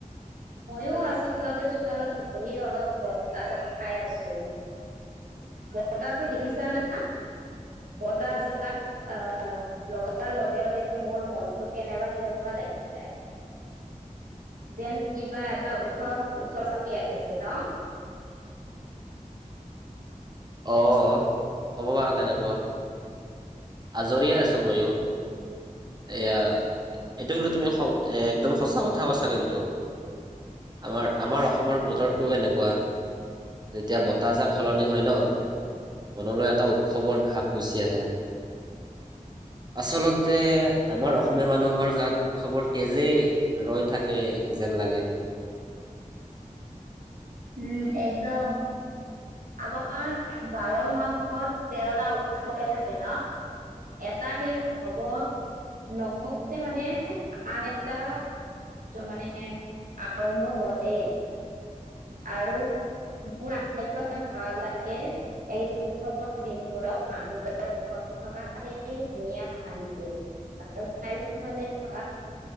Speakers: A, on the right; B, on the right.
A: মইয়ো আচলতে চোতালত বহি অলপ বতাহজাক খাই আছোঁ। বতাহটো দেখিছা না বতাহজাক <unintelligible> লগাৰ লগে লগে মোৰ মনটো কেনেবা কেনেবা লাগি যায়। যেন কিবা এটা উৎসৱ ওচৰ চাপি আহিছে ন।
B: অঁ! হ'ব বাৰু তেনেকুৱা। আজৰি আছোঁ মইয়ো। এয়া, এইটো কিন্তু তুমি একদম সঁচা কথা কৈছা। কিন্তু আমাৰ আমাৰ অসমৰ বতৰটো এনেকুৱা যেতিয়া বতাহজাক সলনি হয় ন' মনলৈ এটা উৎসৱৰ ভাৱ গুচি আহে। আচলতে, আমাৰ অসমীয়া মানুহৰ গাত উৎসৱৰ তেজেই ৰৈ থাকে। যেন লাগে
A: উম, একদম আমাৰ বাৰ মাহত, তেৰটা উৎসৱে থাকে ন'। এটা শেষ হ'ব নহওঁতেই মানে, আন এটা মানে, আৰম্ভ হয়। আৰু মোৰ আটাইতকৈ ভাল লাগে, এই উৎসৱৰ দিনবোৰত মানুহবৰ মুখত থকা সেই ধুনীয়া হাঁহিটো আৰু চাৰিওফালে থকা